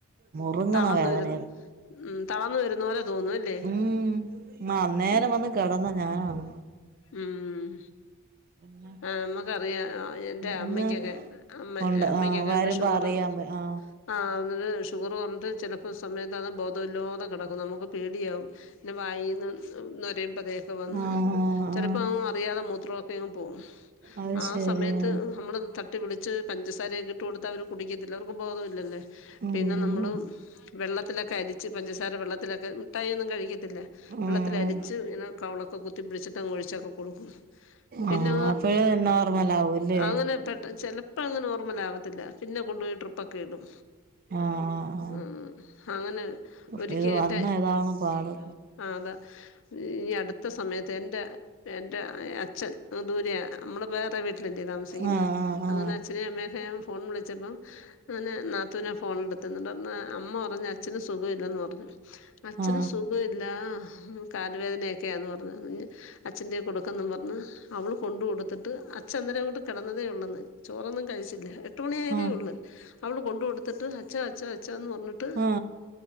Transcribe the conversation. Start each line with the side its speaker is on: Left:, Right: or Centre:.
Right: മുറുങ്ണ
Left: തളർന്നു
Right: വേദനാര്
Left: വരുന്നു ഉം തളർന്നു വരുന്ന പോലെ തോന്നും അല്ലേ
Right: ഉം നന്നേ ങ്ങനെ
Left: ഉം
Right: വന്ന് കെടന്ന ഞാനാണ്
Left: ഉം
Right: പിന്നെ
Left: ആ നമ്മക്കറിയാ എന്റെ
Right: ഇന്ന്
Left: അമ്മക്കൊക്കെ അമ്മ
Right: ഉണ്ട്
Left: അമ്മക്കൊക്കെ
Right: ആ വരുമ്പോ
Left: ണ്ട് ഷുഗർ
Right: അറിയാൻ പ ആ
Left: ആ <unintelligible> ഷുഗർ കൊർഞ്ട്ട് ചെലപ്പോ സമയത്താന്ന് ബോധവില്ലാതെ കെടക്കും നമുക്ക് പേടിയാവും പിന്നെ വായിന്ന് നുരം പതൊക്കെ വന്നു
Right: ആ ആ ആ
Left: ചെലപ്പോ
Right: ആ
Left: അറിയാതെ മൂത്രമൊക്കെങ് പോകും
Right: അത്
Left: ആ
Right: ശരിയാ
Left: സമയത്ത് നമ്മള് തട്ടി വിളി ച്ച് പഞ്ചസാരയൊക്കെ ഇട്ട് കൊടുത്ത അവർ കുടിക്കത്തില്ല അവർക്ക് ബോധവില്ലല്ലേ
Right: ഉം
Left: പിന്നെ നമ്മള് വെള്ള ത്തിലൊക്കെ അലിച്ച് പഞ്ചസാര വെള്ളത്തിലൊക്കെ ട്ടായൊന്നും കഴിക്കത്തില്ല
Right: ഉം
Left: വെള്ളത്തിലിച്ച് <unintelligible> കവിളൊക്കെ കുത്തി പിട്ച്ച്ട്ട് അങ്ങ് ഒഴിച്ചൊക്കെ കൊടുക്കും പിന്നെ
Right: ആ
Left: അങ്ങ്
Right: അപ്പഴേ നോർമൽ ആവൂല്ലേ
Left: അങ്ങനെ പെട്ട ചെല പ്പത് നോർമലാവത്തില്ല പിന്നെ കൊണ്ടോയി ട്രിപ്പൊക്കെടും
Right: ആ ആ
Left: അ അങ്ങനെ
Right: ആ
Left: ഒരിക്ക
Right: ഇത്
Left: എന്റെ
Right: വന്ന ഇതാണ് പാട്
Left: ആ അതാ ഈ അട് ത്ത സമയത്ത് എൻ്റെ എൻ്റെ അച്ഛൻ ദൂരെ നമ്മള വേറെ വീട്ടിലല്ലേ താമസിക്കുന്നേ
Right: ആ ആ
Left: അങ്ങനെ
Right: ആ
Left: അച്ചനേം അമ്മനേം ഞാൻ ഫോൺ വിളി ച്ച പ്പൊ അങ്ങനെ നാത്തുനാ ഫോണെടുത്തത് ഇന്ന്ട്ട് പറഞ്ഞു അമ്മ പറഞ്ഞു അച്ഛന് സുഖം ഇല്ലെന്ന് പർഞ്ഞു അച്ഛന്
Right: ആ
Left: സുഖ ഇല്ല കാല് വേദനക്ക്യാന്ന് പറഞ്ഞു അച്ഛൻ്റെ കൊട്ക്കെന്നും പറഞ് അവള് കൊണ്ട് കൊടുത്തിട്ട് അച്ചന്നേരം ങ്ങോട്ട് കെടന്നതേ ഉള്ളെന്നേ ചോറൊന്നും കഴി <unintelligible> എട്ട് മണി ആയതേഒള്ളു
Right: ആ
Left: അവള് കൊണ്ട് കൊടുത്തിട്ട് അച്ചാ അച്ചാ അച്ചാന്ന് പറഞ്ഞിട്ട്
Right: ആ